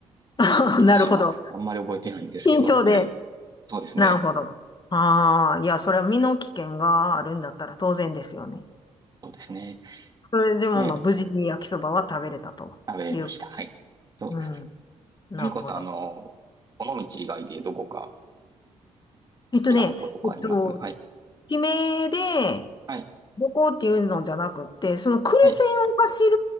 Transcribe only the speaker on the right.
気がします。
あんまり覚えてないんですけど、
はい。そうですね。
そうですね。
で、
食べました。はい。そうですね。
ふみこさん、あの、この道以外でどこか、
きなとことかありますはい。
はい。
はい。